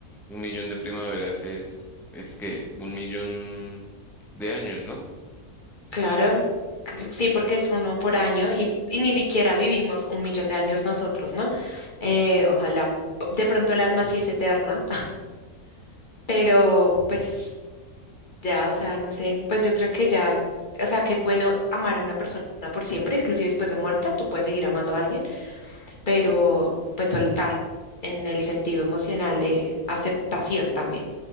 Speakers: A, in the centre; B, on the left.
A: un millón de primaveras es, es que un millón de años, ¿no?
B: Claro, cl- sí, porque es uno por año y, y ni siquiera vivimos un millón de años nosotros, ¿no? Eh, ojalá, p- de pronto el alma sí es eterna Pero pues ya, o sea, no sé, pues yo creo que ya, o sea, que es bueno amar a una persona por siempre, inclusive después de muerta, tú puedes seguir amando a alguien, pero pues soltar en el sentido emocional de aceptación también.